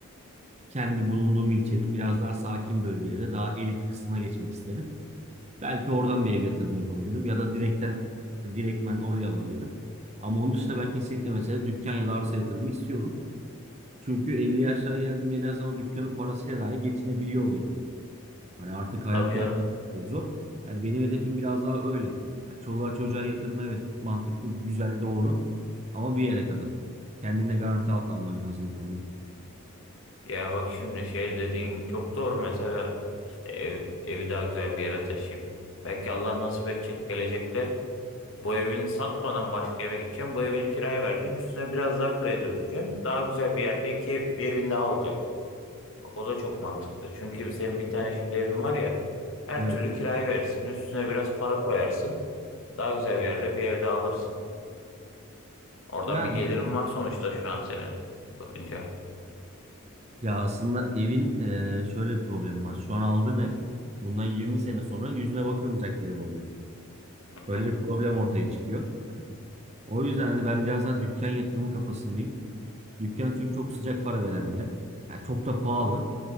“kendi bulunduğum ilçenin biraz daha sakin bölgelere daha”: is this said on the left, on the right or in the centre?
Right